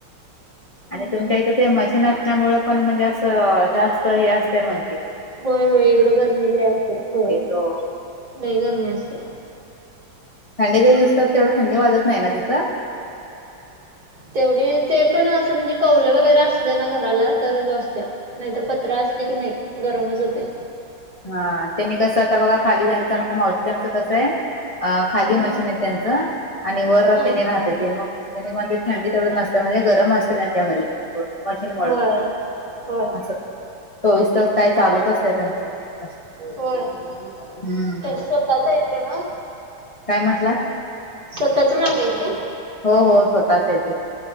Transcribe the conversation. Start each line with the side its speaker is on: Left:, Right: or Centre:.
Right: होय.
Left: आणि तुमच्या इथं ते मशीन असल्यामुळें पण म्हणजे असं जास्त हे असतंय म्हण क
Right: होय होय इकडं गरमेल असते होय
Left: हो
Right: ल गरमीे असते
Left: थंडीचे दिसतात तेवढं थंडी वाजत नाही ना तिचं
Right: तेवढी ते पण असं म्हणजे कौल वगैरे असले ना घराला तरच वाचत नाहीतर पत्र असले की नाही गरमच होते
Left: हा त्यांनी कसं आता बघा खालीचं आमच मावसचं कसं आहे खाली
Right: हम्म
Left: मशीन त्यांच आणि वरनी
Right: हा.
Left: राहत ते मग मग ते थंडी तेवढ नसते म्हणजे गरम असते त्यांच्या घरी मशीनमुळे
Right: होय होय
Left: असं चोवीस तास काय चालूत असते त्यांचं मशीन.
Right: होय त्यांच्या
Left: हम्म
Right: स्वतःच आहेत का म
Left: काय म्हटला
Right: स्वतःच माहागाय का
Left: हो हो स्वतःच येते